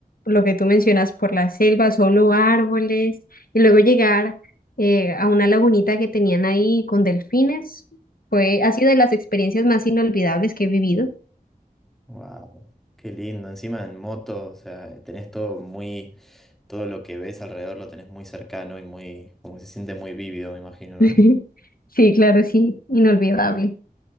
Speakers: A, on the left; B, in the centre.
A: lo que tú mencionas, por la selva, solo árboles, y luego llegar eh, a una lagunita que tenían ahí con delfines, fue, ha sido de las experiencias más inolvidables que he vivido.
B: wow, qué lindo. Encima en moto, o sea, tenés todo muy, todo lo que ves alrededor lo tenés muy cercano y muy, como se siente muy vívido, me imagino, ¿no?
A: <laughs> Sí, claro, sí, inolvidable.